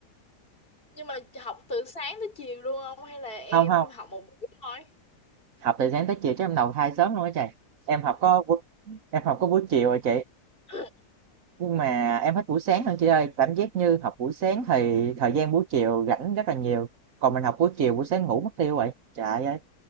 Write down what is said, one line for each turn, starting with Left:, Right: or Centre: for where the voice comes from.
Left: nhưng mà học từ sáng tới chiều luôn không hay là em
Right: không không
Left: học một buổi thôi
Right: học từ sáng tới chiều chứ em đầu thai sớm luôn á chị em học có buổi- em học có buổi chiều rồi chị
Left: <clears throat>
Right: nhưng mà em thích buổi sáng hơn chị ơi cảm giác như học buổi sáng thì thời gian buổi chiều rảnh rất là nhiều còn mình học buổi chiều buổi sáng ngủ mất tiêu vậy trời ơi